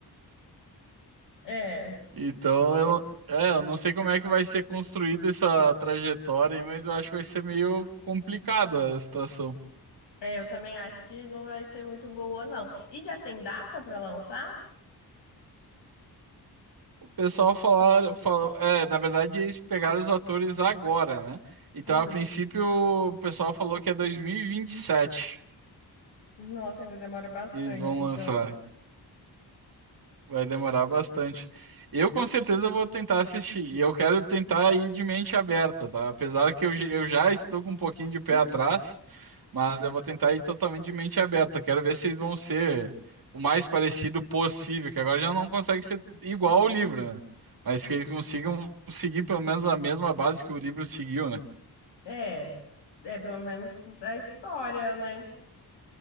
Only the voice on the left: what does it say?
É,
é, eu também acho que não vai ser muito boa, não. E já tem data pra lançar?
Hum,
nossa, ainda demora bastante,
então.
<laughs>
É, é pelo menos a história, né?